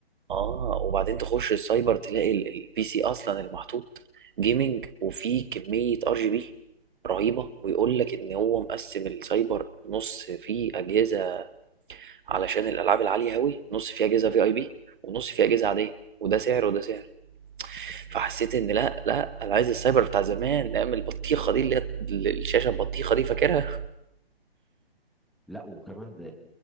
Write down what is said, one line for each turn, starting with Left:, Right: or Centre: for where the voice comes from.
Right: اه وبعدين تخش السايبر تلاقي البي سي اصلا المحطوط جيمنج وفيه كمية ار جي بي رهيبة ويقول لك ان هو مقسم السايبر نص فيه اجهزة علشان الالعاب العالية اوي نص فيه اجهزة في اي بي ونص فيه اجهزة عادية وده سعر وده سعر
Centre: <laughs> آه.
Right: فحسيت ان لا لا انا عايز السايبر بتاع زمان ايام البطيخة دي اللي هي الشاشة البطيخة دي فاكرها
Centre: لا وكمان ده